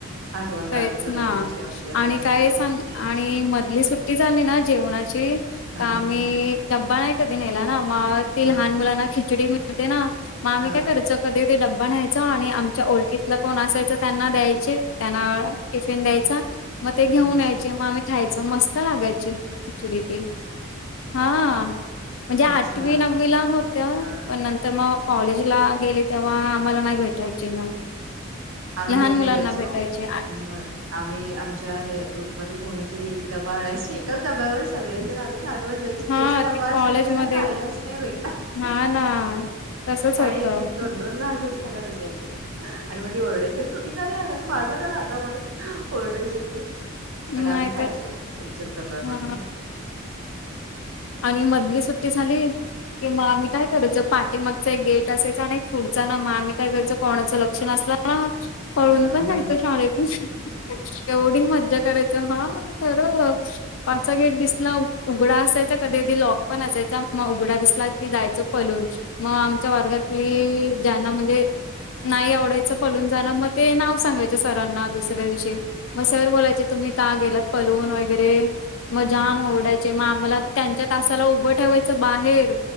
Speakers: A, on the right; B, on the left.
A: आठवण काढतो
B: तेच
A: सगळ्यांची
B: ना,
A: आपल्या सगळ्या
B: आणि
A: मित्रमैत्रिणींची
B: काय सांग, आणि मधली सुट्टी सुट्टी झाली ना, जेवणाची
A: हा
B: ता- आम्ही
A: हा हा
B: डब्बा नाही कधी नेला ना मग ती
A: हा
B: लहान मुलांना खिचडी मिळते ना मग आम्ही
A: हा
B: काय करायचं कधीधी डब्बा न्यायचा आणि आमच्या ओळखीतला कोण असायचं त्यांना द्यायचे त्यांना टिफिन द्यायचा मग ते घेऊन
A: अच्छा
B: यायच मग आम्ही खायच मस्त लागायची खिचडी ते हा म्हणजे आठवी
A: अच्छा
B: नववीला होत्या
A: हा
B: पण नंतर म कॉलेज ला गेले तेव्हा आम्हाला नाही भेटायचे मग
A: आम्ही
B: लहान
A: काय करायचो
B: मुलांना भेटायचे
A: हा आम्ही आमच्या एक ग्रुपमध्ये कोणीतरी एक डबा आणायचे एकाच डब्यावर सगळे जण आम्ही खात बसायचो
B: हा
A: ज्याचा डबा
B: ते
A: असायचा
B: कॉलेजमध्ये
A: त्याला खायलाच नाही भेटणार
B: हा ना तसच
A: आणि
B: होतं.
A: एक एक दोन दोनदा असंच याला भेटायचे आणि मग ते ओरडायचे तुम्ही का नाही आलात? माझा काय आता म्हणून ओरडाचे ते पण आम्ही
B: नाहीतर
A: खायचो त्यांच्याच डब्यामध्ये
B: हा आणि मधली सुट्टी झाली कि मग आम्ही काय करायचं पाठीमागचं एक गेट असायचं आणि एक पुढचा ना मग आम्ही काय करायचं कोणाचं लक्ष नसलं हा पळून
A: हा
B: पण
A: हा
B: जायचो शाळेतून एवढी मज्जा करायचं हा खरं पाटचा गेट दिसला उघडा असायचा कधी कधी लॉक पण असायचा मग उघडा दिसला की जायचो पळून म आमच्या वर्गातली ज्यांना म्हणजे नाही आवडायचं पलून जाणं मग ते नाव सांगायचं सरांना दुसऱ्या दिवशी म सर बोलायचे तुम्ही का गेलात पलून वगैरे मग जाम ओडायचे म आम्हाला त्यांच्या तासाला उभं ठेवायचं बाहेर